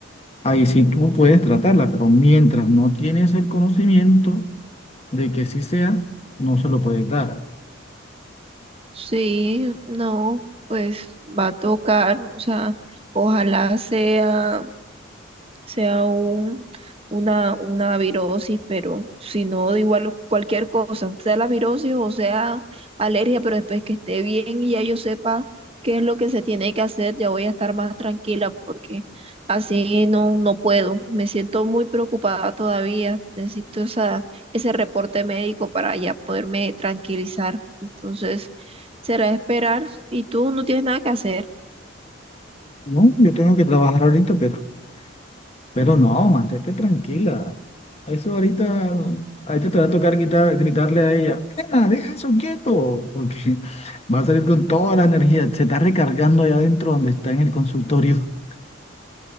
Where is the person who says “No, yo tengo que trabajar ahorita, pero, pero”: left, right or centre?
Left